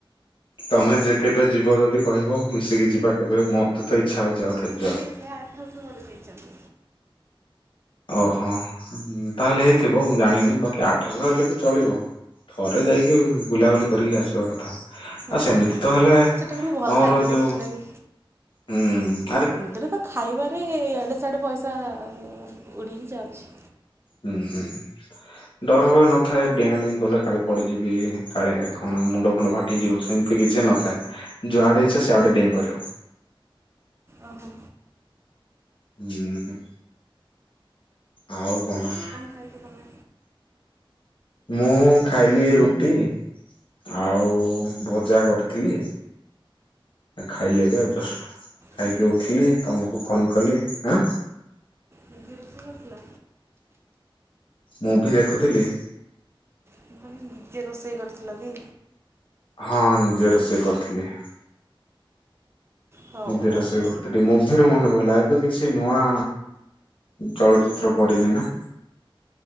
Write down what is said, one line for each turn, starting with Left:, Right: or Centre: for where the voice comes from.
Left: ତମେ ଯେ କେବେ ଯିବ ଯଦି କହିବ ମିଶିକି ଯିବା କେବେ ମତେ ତ ଇଚ୍ଛା ହଉଚି ଆଉଥରେ
Right: ମୁଁ
Left: ଯିବାକୁ।
Right: କହିଲି ଏବେ ଆଠଶହ କରି ଦେଇଚନ୍ତି।
Left: ଓହୋ ତାହେଲେ ହେଇଥିବ ମୁଁ ଜାଣିନି ବାକି ଆଠଶହ ହେଲେ ବି ଚଳିବ। ଥରେ ଯାଇକି ବୁଲାବୁଲି କରିକି ଆସିବା କଥା
Right: ହୁଁ
Left: ଆଉ ସେମିତି ତ ହେଲେ
Right: ସେଟା କିନ୍ତୁ ଭଲ
Left: ଆମର
Right: ଲାଗେ ଦେଖିଲେ
Left: ଯୋଉ
Right: ବି
Left: ଉଁ ଉଁ
Right: ଏମିତିରେ ତ ଖାଇବାରେ ଏ ଏ ଇଆଡ଼େ ସିଆଡ଼େ ପଇସା ଉଡ଼ିି ହିଁ ଯାଉଚି।
Left: ହୁଁ ହୁଁଁ ହୁଁ। ଡର ଭୟ ନଥାଏ ଡିିଆଁ ଡିଇଁ କଲେ କାଳେ ପଡିଯିବି କାଳେ କଣ ମୁ ଣ୍ଡ ଫାଟିଯିବ ସେମିତି କିଛି ନଥାଏ ଯୁଆଡେ ଇଛା ସେଆଡେ ଡେଇଁ ପାରିବ।
Right: ଓହୋ।
Left: ହୁଁ। ଆଉ କଣ?
Right: ଖାଇଦିଅ ତମେ।
Left: ମୁଁ ଖାଇଲି ରୁଟି ଆଉ ବଜା କରିଥିଲି। ଖାଇଲି ଏବେ ଯଷ୍ଟ୍ ଖାଇକି
Right: ନିଜେ ରୋଷେଇ
Left: ଉଠିଲି
Right: କରିଥିଲ
Left: ତମକୁ ଫୋନ୍ କଲି ଆଁ।
Right: ନିଜେ ରୋଷେଇ କରିଥିଲା
Left: ମୁଭି ଦେଖୁଥିଲି।
Right: ମୁଁ କହିଲି ନିଜେ ରୋଷେଇ କରିଥିଲ କି?
Left: ହଁ ନିଜେ ରୋଷେଇ କରିଥିଲି।
Right: ହଉ
Left: ନିଜେ
Right: ହଉ
Left: ରୋଷେଇ କରିଥିଲି ମୁଭିରୁ ମନେ ପଇଲା ଏବେ କିଛି ନୂଆ ଚଳଚିତ୍ର ପଡିନି ନା?